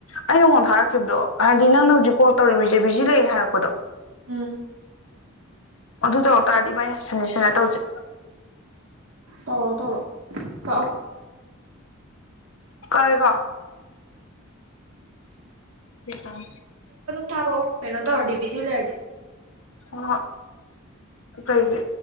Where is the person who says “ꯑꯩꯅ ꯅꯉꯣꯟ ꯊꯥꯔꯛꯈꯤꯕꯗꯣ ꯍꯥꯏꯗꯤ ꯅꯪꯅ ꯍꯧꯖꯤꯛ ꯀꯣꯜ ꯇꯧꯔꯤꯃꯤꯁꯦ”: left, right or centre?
Left